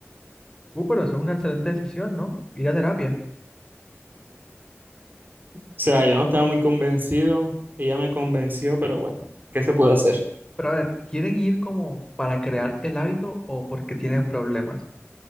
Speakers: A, on the left; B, on the right.
A: Uh, pero eso es una excelente decisión, ¿no? Ir a terapia.
B: sea, yo no estaba muy convencido, ella me convenció, pero bueno, ¿qué se puede hacer?
A: Pero a ver, ¿quieren ir como para crear el hábito o porque tienen problemas?